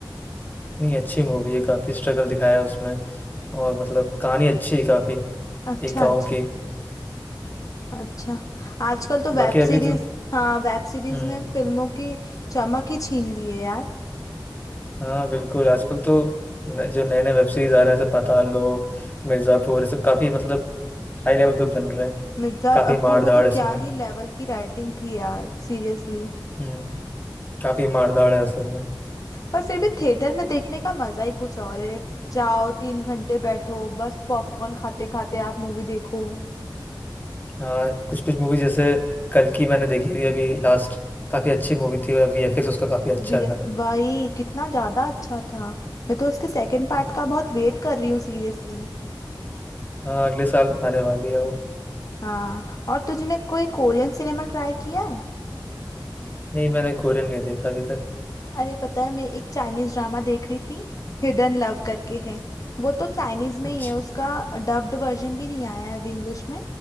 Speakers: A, on the left; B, on the left.
A: नहीं अच्छी मूवी है काफ़ी स्ट्रगल दिखाया है उसमें और मतलब कहानी अच्छी है काफ़ी
B: अच्छा
A: एक गांव
B: अच्छा
A: की
B: अच्छा आजकल तो वेब
A: बाकी अभी
B: सीरीज
A: तो
B: हाँ वेब सीरीज
A: हम्म
B: ने फिल्मों की चमक ही छीन ली है यार
A: हाँ बिल्कुल आजकल तो न- जो नए नए वेब सीरीज आ रहे हैं जैसे पाताल लोक मिर्ज़ापुर ये सब काफ़ी मतलब हाई लेवल पे बन रहे हैं
B: मिर्जापुर
A: काफ़ी मार
B: में
A: धाड़
B: तो
A: इसमें
B: क्या ही लेवल की राइटिंग थी यार सीरियसली
A: हम्म काफ़ी मार धाड़ है सब में
B: पर फिर भी थिएटर में देखने का मजा ही कुछ और है जाओ तीन घंटे बैठो बस पॉपकॉर्न खाते खाते आप मूवी देखो
A: हाँ कुछ कुछ मूवी जैसे कल की मैंने देखी थी अभी लास्ट काफ़ी अच्छी मूवी थी और वीएफएक्स उसका काफ़ी अच्छा
B: बे-
A: था
B: भाई कितना ज्यादा अच्छा था मैं तो उसके सेकंड पार्ट
A: हम्म।
B: का बहुत वेट कर रही हूँ सीरियसली
A: हाँ अगले साल आने वाली है वो
B: हाँ और तुझने कोई कोरियन सिनेमा ट्राई किया है
A: नहीं मैंने कोरियन नहीं देखा अभी तक
B: अरे पता है मैं एक चाइनीज ड्रामा देख रही थी हिडन लव करके है वो तो चाइनीज में
A: अच्छा
B: ही है उसका डब्ड वर्जन भी नहीं आया है अभी इंग्लिश में